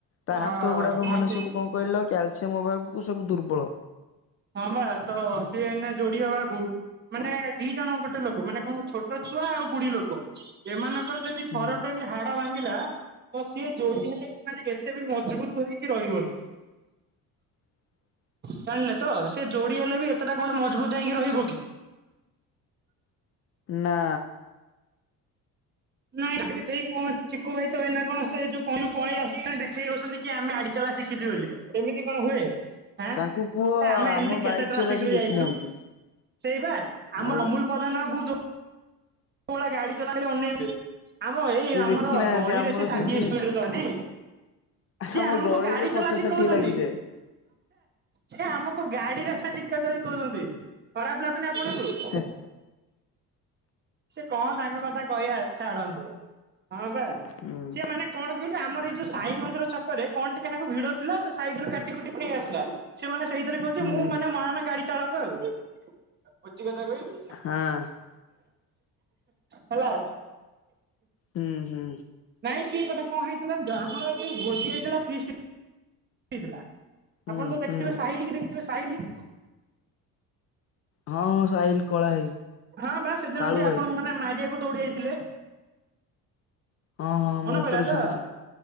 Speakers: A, on the right; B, on the left.
A: ଅ
B: ତା ହାତ ଗୁଡ଼ାକ ମାନେ ସବୁ କ କହିଲ କ୍ୟାଲସିୟମ ଅଭାବକୁ ସବୁ ଦୁର୍ବଳ
A: ହଁ ବା ତ ସିଏ ଏନେ ଯୋଡି ହବାକୁ ମାନେ ଦି ଜଣ ଗୋଟେ ଲୋକ ମାନେ କଣ ଛୋଟ ଛୁଆ ଆଉ ବୁଡିୀ ଲୋକ ଏମାନଙ୍କର ଯଦି
B: ହୁଁ
A: ଫରଟ ହାଡ ଭାଙ୍ଗିଲା ତ ସିଏ ଯୋଡି ହେଲେ ମାନେ ଏତେ ବି ମଜବୁତ ହେଇକି ରହିବନି।
B: <inaudible>
A: ଜାଣିଲେ ତ ସେ ଯୋଡି ହେଲେ ବି ଏତେଟା କଣ ମଜବୁତ୍ ହେଇକି ରହିବ କି?
B: ନା।
A: ନାଇଁ ସେଇ କଣ କିଛି କହି ଥୋଇ ନା କଣ ସେ ଯୋଉ କହିଲୁ ପଳେଇ ଆସିକି ଦେଖେଇ ହେଉଚନ୍ତି କି ଆମେ ଆଡି ଚଲା ଶିଖ କିଛି ବୋଲି ଏମିତି କଣ ହୁଏ? ଆଁ
B: ତାଙ୍କୁ କୁହ
A: ଆମେ
B: ଆମ
A: ଏମତି
B: ବାଇକ୍
A: କେତେ ଟ୍ରାଫିକ
B: ଚଲା ସିଏ
A: ରେ
B: ଦେଖିନାହାନ୍ତି
A: ଯାଇଚୁ। ସେଇ ବା ଆମର
B: ଆଉ
A: ଅମୁଲ ପ୍ରଧାନ ବାବୁ ଯୋଉ କୋଉ ଭଳିଆ ଗାଡି ଚଲାଇଲେ ଅନେଇବ ଆମ ଏଇ
B: ସିଏ
A: ଆମର
B: ଦେଖିନାହାନ୍ତି
A: ଗଳିରେ
B: ଆମର
A: ସେ ଷାଠିଏ
B: କେମିତି
A: ସ୍ପିଡ୍ ରେଚଲାନ୍ତି। ସିଏ
B: ଆମ
A: ଆମକୁ
B: ଗଳିରେ
A: ଗାଡି
B: ପଚାଶ
A: ଚଲା ଶିକୋଉଚନ୍ତି।
B: ଷାଠିଏ ଲାଗିଯାଏ।
A: ସେ ଆମକୁ ଗାଡିରେ ସେ ଚିକାଚିକି କରନ୍ତି। ଖରାପ୍ ଲାଗୁନି ଆପଣଙ୍କୁ?
B: ଏ।
A: ସେ କଣ ତାଙ୍କ କଥା କହିବା ଛାଡନ୍ତୁ। ହଁ ବା
B: ହୁଁ
A: ସିଏ ମାନେ କଣ କହିଲୁ ଆମର ଏଇ ଯୋଉ ସାଇ ମନ୍ଦିର ଛକରେ କଣ ଟିକିଏ ନାକୁ ଭିଡ ଥିଲା। ସେ ସାଇଡ୍ ରୁ କାଟି କୁଟିକି ନେଇ ଆସିଲା। ସେ ମାନେ ସେଇଥିରେ କହୁଚି
B: ହୁଁ
A: ମୁଁ ମାନେ ମହାନ ଗାଡି ଚାଳକ ଆଉ। ଭୋଜିକଥା କହିବି।
B: ହଁ।
A: ହେଲା।
B: ହୁଁ ହୁଁ।
A: ନାଇଁ ସିଏ ଗୋଟେ କଣହେଇଥିଲା ଆମର ଏଇ ଯୋଉ ଭୋଜି ହେଇଥିଲାଫିଷ୍ଟି ଥିଲା।
B: ହୁଁ
A: ଆପଣ ତ ଦେଖିଥିବେ
B: ହୁଁ
A: ସାହିିଲି କି ଦେଖିଥିବେ ସାହିିଲି।
B: ହଁ ସାହିଲ କଳା ଭାଇ
A: ହଁ ବା ସେଦିନ
B: କାଳୁ
A: ଯିଏ
B: ଭାଇ
A: ଆପଣଙ୍କୁ ମାନେ ମାରିବାକୁ ଦୌଡି ଯାଇଥିଲେ।
B: ହଁ ହଁ
A: ମନେ
B: ମୋ ଉପରେ
A: ପଇଲାତ?
B: ଝୁଲୁଥିଲେ